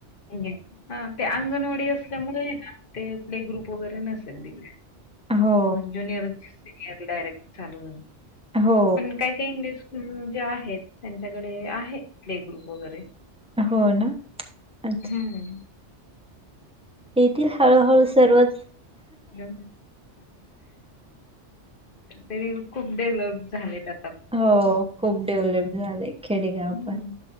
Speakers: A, on the left; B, in the centre.
A: <unintelligible> हा ते अंगणवाडी असल्यामुळे आहे ना ते प्ले ग्रुप वगैरे नसेल तिकडे.
B: हो
A: म ज्युनियरच, सिनियर डायरेक्ट चालु झाले,
B: हो
A: पण काय ते इंग्लिश स्कूल जे आहेत, त्यांच्याकडे आहे प्ले ग्रुप वगैरे.
B: हो ना, आण
A: हम्म.
B: येतील हळूहळू सर्वच.
A: <inaudible> तरी खूप डेव्हलप झालेत आ
B: हो खूप डेव्हलप झाले खेडेगाव
A: हं.
B: पण